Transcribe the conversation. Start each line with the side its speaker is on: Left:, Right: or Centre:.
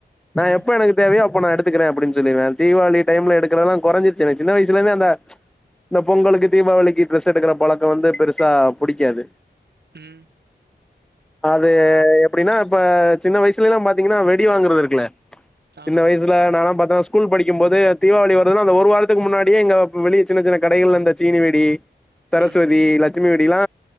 Centre: நா
Right: ம்
Centre: எப்ப எனக்கு எப்ப தேவையோ அப்ப நா எடுத்துக்குற அப்டின்னு சொல்லுவே தீபாவளி டைம்ல எடுக்குறதெல்லா குறைஞ்சிச்சி எனக்கு சின்ன வயசுல இருந்தே அந்த இந்த பொங்கலுக்கு தீபாவளிக்கு ட்ரெஸ் எடுக்கற பழக்கோ வந்து பெருசா புடிக்காது
Right: ம்
Centre: அது எப்டின்னா இப்ப சின்ன வயசுலல்லா பாத்தீங்னா வெடி வாங்குறது இருக்குல்ல
Right: ஆமா
Centre: சின்ன வயசுல நானாலா பாத்தனா ஸ்கூல் படிக்கும் போதோ தீபாவளி வருதுன்னா அந்த ஒரு வாரத்துக்கு முன்னாடியே எங்க வெளிய சின்ன சின்ன கடைகள்ல அந்த சீனி வேடி சரஸ்வதி
Right: ம்
Centre: லட்சுமி வெடிலா